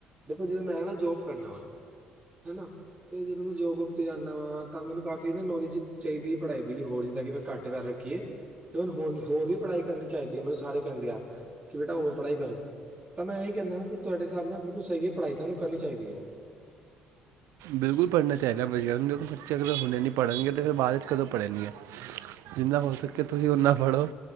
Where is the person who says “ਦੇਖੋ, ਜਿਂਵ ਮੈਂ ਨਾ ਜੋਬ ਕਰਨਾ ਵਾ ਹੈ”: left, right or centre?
Right